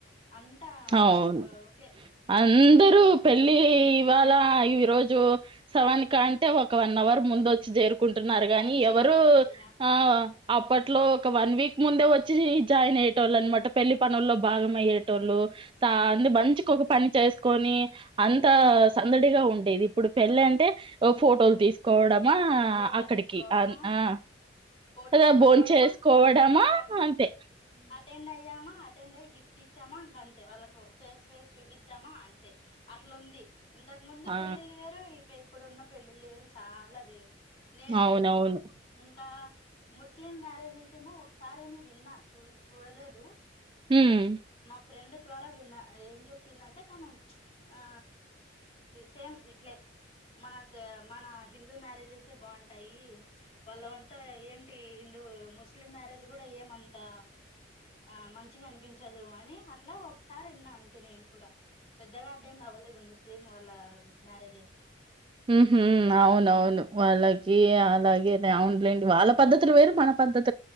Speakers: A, on the left (about 30°); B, on the right (about 25°).
A: అంతా
B: అవును
A: ఓకే
B: అందరుూ
A: అట్లా అట్లా
B: పెళ్ళి ఇవాళ ఈ రోజు సవానినికి అంటే ఒక వన్ అవర్ ముంద వచ్చి చేరుకుంట ంటున్నారు కాగాని
A: వచ్చి
B: ఎవరు
A: వచ్చి
B: ఆ అప్పట్లో ఒక వన్ వీక్ ముందే వచ్చి జాయిన్ అయ్యేటోళ్ళు అనమాట పెళ్లి పనుల్లో భాగం అయ్యేటోళ్ళు అ
A: ఎస్
B: బనించకోక
A: ఎస్
B: పని చేసుకొని అంత సందడిగా ఉండేది ఇప్పుడు పెళ్ళ అంటే ఫోటోలు తీసుకోవడం
A: ఫోటోలు
B: అక్కడికి
A: తీసుకోవడమా
B: ఆ
A: ఫోటోలు
B: అద
A: తీసుకోవడమా
B: భోన్ చేసుకోవడమా
A: అటెండ్ అయ్యామా
B: అంతే
A: అటెండ్ అయ్యామా అటెండ్ అయి గిఫ్ట్ ఇచ్చామా ఇంకా అంతే వాళ్ళకు ఫేస్ వేస్ చూపించామా అంతే అట్లా ఉంది ఇంతకు ముందు
B: ఆ
A: పెళ్ళిళ్లు వేరు ఈ ఇప్పుడున్న పెళ్ళిళ్ళ వేరు చాలా వేరు నేను
B: అవునవును
A: ఇంకా ముస్లిం మ్యారేజెస్ ఏమో ఒకసారి ఏమో విన్నా చూ చూడలేదు
B: ఉమ్
A: మా ఫ్రెండ్ ద్వారా విన్నా ఏం చెప్పిందంటే తను ఆ సేమ్ ఇట్లే మన మన హిందూ మ్యారేజెస్ ే బాగుంటాయి వాళ్ళు అంతా ఏంటి ఈ హిందూ ముస్లిం మ్యారేజ్ ఇది కూడా ఏమంతా ఆ మంచిగా అనిపించదు అని అట్లా ఒకసారి విన్న అంతే నేను కూడా పెద్దగా అటెండ్ అవ్వలేదు ముస్లిం వాళ్ళ మ్యారేజెస్ కి
B: హుహు అవును అవును వాళ్ళకి అలాగేలే అవునులేండి వాళ్ళ పద్ధతులు వేరు మన పద్ధతి